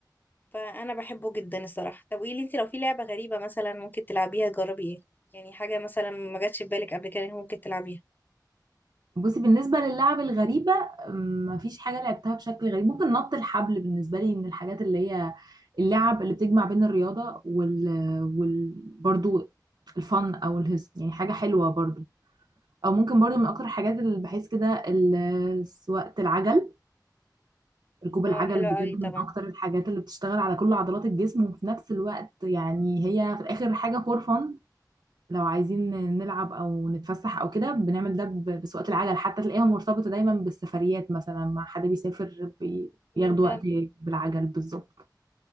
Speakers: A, on the left (about 25°); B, on the right (about 80°).
A: فانا بحبه جدا الصراحه طب قولي لي انت لو في لعبه غريبه مثلا ممكن تلعبيها تجربي ايه يعني حاجه مثلا ما جاتش في بالك قبل كده إن ممكن تلعبيها
B: بصي بالنسبة للعب الغريبة أم، مفيش حاجة لعبتها بشكل غريب ممكن نط الحبل بالنسبة لي من الحاجات اللي هي اللعب اللي بتجمع بين الرياضة وال, وال... برضو الفن أو الهز يعني حاجة حلوة برضو أو ممكن برضو من أكتر الحاجات اللي بحس كده ال- سواقة العجل ركوب العجل
A: اه حلو
B: بجد
A: قوي طبعا
B: من أكتر الحاجات اللي بتشتغل على كل عضلات الجسم وفي نفس الوقت يعني هي في الآخر حاجة فور فن لو عايزين نلعب او نتفسح او كده بنعمل ده ب- بسواقة العجل حتى تلاقيها مرتبطة دايما بالسفريات مثلا مع حد بيسافر بي- بياخدوا
A: بالظبط
B: وقت بالعجل بالظبط